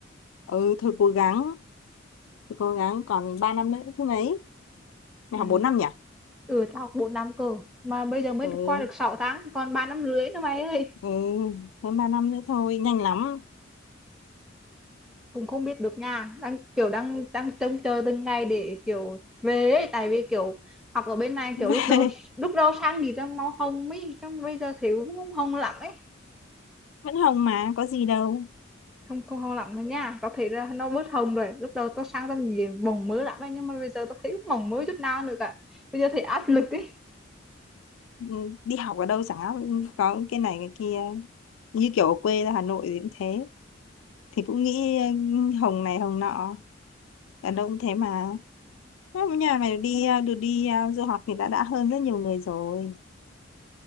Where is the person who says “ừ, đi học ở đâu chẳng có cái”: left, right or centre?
Left